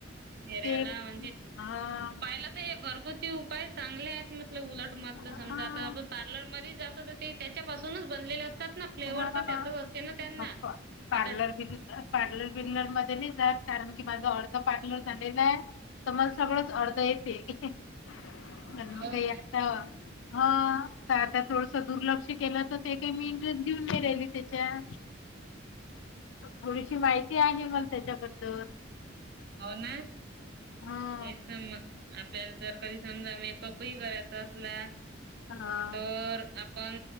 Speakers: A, on the right (about 55°); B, on the left (about 70°).
A: चेहऱ्याला
B: ते
A: म्हणजे
B: हा
A: पाहिलं घरगुती उपाय चांगले आहेत म्हटल उलट मत
B: हा
A: आप समजा आता आपण पार्लरमध्ये जात तर ते त्याच्यापासूनच बनलेलं अस फ्लेवर
B: हा
A: तर त्याच असते ना त्यांना
B: अप्पा
A: आता
B: <inaudible> पार्लर बिर्लर मध्ये नाही जात कारण की माझ अर्ध पार्लर झालेल हाय. तर मला सगळंच अर्ध येते. तर मग
A: हो
B: काही
A: काय?
B: आता ह आता थोडस दुर्लक्ष केलं तर ते काही मी इंटरेस्ट देऊन नाही राहिली त्याच्यात.
A: <unintelligible>
B: थोडीशी माहिती आहे मग त्याच्याबद्दल.
A: हो ना
B: हं
A: हेच मग आपल्या जर कधी समजा मेकअपही करायचा असला
B: हं
A: तर आपण